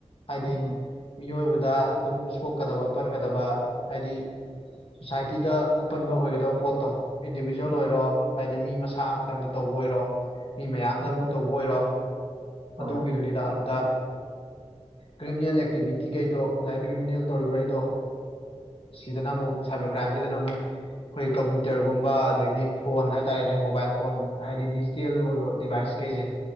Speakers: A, on the left (about 55°); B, on the right (about 80°).
A: ꯍꯥꯏꯗꯤ
B: ꯎꯝ
A: ꯃꯤꯑꯣꯏꯕꯗ ꯑꯗꯨꯨꯝ ꯁꯣꯛꯀꯗꯕ ꯄꯟꯒꯗꯕ ꯍꯥꯏꯗꯤ ꯁꯣꯁꯥꯏꯇꯤꯗ ꯑꯄꯟꯕ ꯑꯣꯏꯒꯗꯕ ꯄꯣꯠꯇꯣ ꯏꯟꯗꯤꯕꯤꯖꯨꯋꯦꯜ
B: ꯎꯝ
A: ꯑꯣꯏꯔꯣ ꯍꯥꯏꯗꯤ ꯃꯤ ꯃꯁꯥ ꯑꯃꯇꯪꯗ ꯇꯧꯕ ꯑꯣꯏꯔꯣ ꯃꯤ ꯃꯌꯥꯝꯗꯕꯨ
B: ꯎꯝ
A: ꯇꯧꯕ ꯑꯣꯏꯔꯣ
B: ꯍꯣꯏ
A: ꯑꯗꯨꯒꯤꯗꯨꯅꯤꯗ ꯑꯗꯨꯗ ꯀ꯭ꯔꯤꯃꯤꯅꯦꯜ ꯑꯦꯛꯇꯤꯚꯇꯤꯈꯩꯗꯣ ꯉꯁꯥꯏ ꯀ꯭ꯔꯤꯃꯤꯅꯦꯜ ꯇꯧꯔꯤꯕꯈꯩꯗꯣ ꯁꯤꯗꯅ ꯑꯃꯨꯛ ꯁꯥꯏꯕꯔ ꯀ꯭ꯔꯥꯏꯝꯁꯤꯗꯅ ꯑꯃꯨꯛ ꯑꯩꯈꯣꯏ ꯀꯝꯄ꯭ꯌꯨꯇꯔꯒꯨꯝꯕ ꯑꯗꯒꯤ ꯐꯣꯟ ꯍꯥꯏꯇꯥꯔꯦꯅꯦ ꯃꯣꯕꯥꯏꯜ ꯐꯣꯟ ꯍꯥꯏꯗꯤꯗꯤ ꯇꯦꯜ ꯑꯣꯏꯕ ꯗꯤꯚꯥꯏꯁ ꯀꯩꯁꯦ